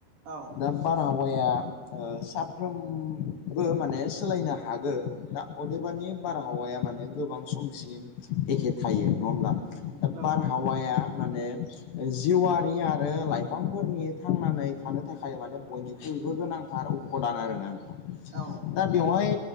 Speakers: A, on the right; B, on the left.
A: औ
B: दा बारहावाया ओ साफ्रोमबो माने सोलायनो हागो दा अदेबानि बारहावाया माने गोबां समसिम एखे थायो नवा होमब्ला दा
A: नंगौ
B: बारहावाया माने जिउआारि आरो लाइफांफोरनि थांनानै थानो थाखाय माने बयनिख्रुइबो गोनांथार उपदान आरोना। नोंथां
A: औ।
B: दा बेवहाय